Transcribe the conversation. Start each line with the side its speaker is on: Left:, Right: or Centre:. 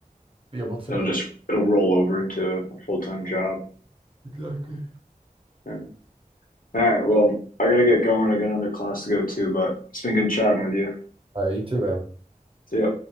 Right: be able to.
Left: It'll just it'll roll over into a full-time job.
Right: Exactly.
Left: Yeah. All right, well, I gotta get going. I got another class to go to, but it's been good chatting with you.
Right: All right, you too, man.
Left: See ya.